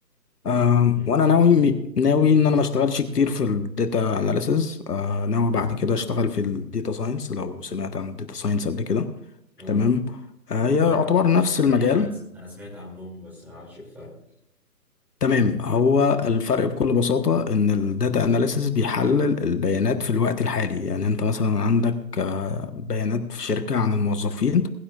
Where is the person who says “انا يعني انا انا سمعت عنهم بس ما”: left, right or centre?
Centre